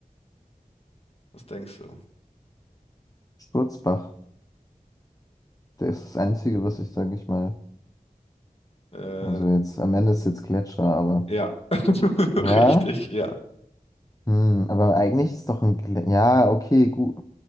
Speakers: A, on the left (about 40°); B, on the left (about 25°).
A: Was denkst du?
B: Sturzbach, der ist das Einzige, was ich, sage ich mal.
A: Äh,
B: Also jetzt, am Ende ist jetzt Gletscher, aber
A: Ja, <laughs>
B: ja.
A: richtig, ja.
B: Hm, aber eigentlich ist doch ein... Glä ja, okay, gut.